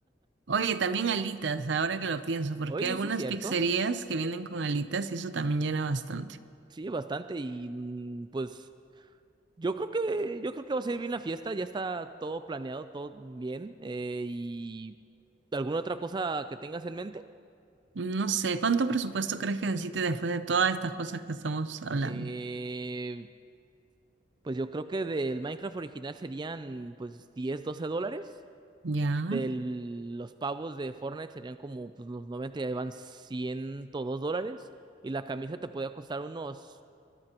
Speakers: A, on the right; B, on the right.
A: Oye, también alitas, ahora que lo pienso, porque
B: Oye,
A: hay algunas
B: sí, cierto.
A: pizzerías que vienen con alitas y eso también llena bastante.
B: Sí, bastante. Y mm, pues yo creo que, yo creo que va a ser bien la fiesta, ya está todo planeado, todo bien. eh, y ¿alguna otra cosa que tengas en mente?
A: No sé, ¿cuánto presupuesto crees que necesite después de todas estas cosas que estamos hablando?
B: Eh, pues yo creo que del Minecraft original serían pues 10 12 dólares.
A: Ya.
B: de los pavos de Fortnite serían como pues, los 90 y ahí van 102 dólares. Y la camisa te podía costar unos